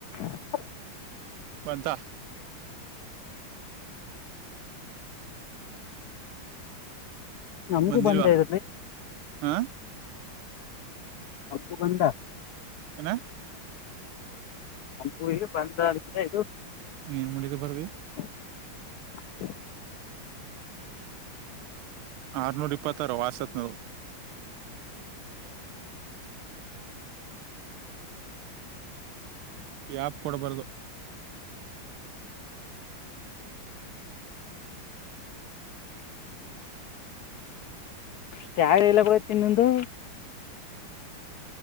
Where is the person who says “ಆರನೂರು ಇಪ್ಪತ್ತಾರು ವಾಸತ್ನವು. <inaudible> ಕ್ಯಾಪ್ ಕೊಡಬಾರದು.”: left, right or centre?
Right